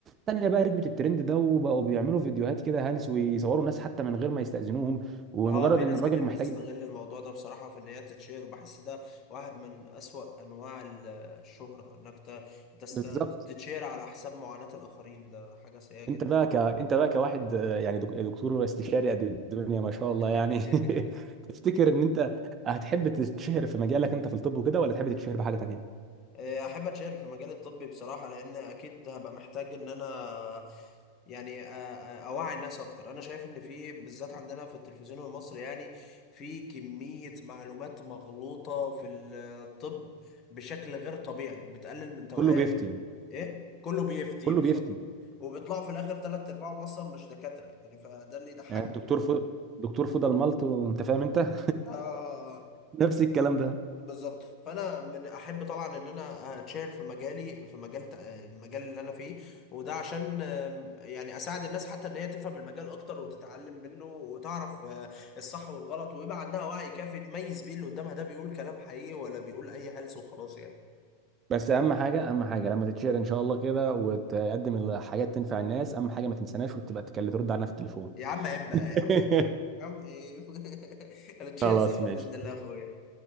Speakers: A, on the right; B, on the left.
A: تانية بقى ركبت الترند ده وبقوا بيعملوا فيديوهات كده هلس ويصوروا الناس حتى من غير ما يستأذنوهم ومجرد
B: اه في
A: ان
B: ناس
A: الراجل
B: كتير
A: محتاج
B: بتستغل الموضوع ده بصراحه في ان هي تتشهر وبحس ده واحد من اسوأ انواع ال- الشهره انك ت- تست...
A: بالظبط
B: تتشهر على حساب معاناه الاخرين ده حاجه سيئه جدا
A: انت بقى ك... انت بقى كواحد آه، يعني دك- دكتور استشاري قد الدنيا ما شاء الله
B: <laughs>
A: يعني <laughs> تفتكر ان انت هتحب تتشهر في مجالك انت في الطب وكده ولا تحب تتشهر بحاجه تانيه؟
B: آه، احب اتشارك في مجال الطبي بصراحه لان اكيد هبقى محتاج ان انا يعني أ- أ- اوعي الناس اكتر انا شايف ان في بالذات عندنا في التلفزيون المصري يعني في كميه معلومات مغلوطه في الطب بشكل غير طبيعي بتقلل من توعيه
A: كله بيفتي
B: ايه كله بيفتي
A: كله
B: بالظبط
A: بيفتي
B: وبيطلعوا في الاخر ثلاث ارباعهم اصلا مش دكاتره يعني فده اللي يضحكك
A: يعني الدكتور
B: يعني
A: ف... دكتور فضل ملط وانت فاهم انت <laughs>
B: آه.
A: نفس الكلام ده
B: بالظبط فانا من احب طبعا ان انا اتشير في مجالي في مجال تق- المجال اللي انا فيه وده عشان آم، يعني اساعد الناس حتى ان هي تفهم المجال اكتر وتتعلم منه وتعرف آه، الصح والغلط ويبقى عندها وعي كافي تميز بيه اللي قدامها ده بيقول كلام حقيقي ولا بيقول اي هلس وخلاص يعني
A: بس اهم حاجه اهم حاجه لما تتشهر ان شاء الله كده وتقدم الحاجات تنفع الناس اهم حاجه ما تنساناش وتبقى تكلم ترد علينا في التليفون
B: يا عم عيب بقى
A: <laughs>
B: يا عم عيب يا عم عيب <laughs> هنتشير
A: خلاص
B: سوا
A: ماشي
B: باذن الله يا اخويا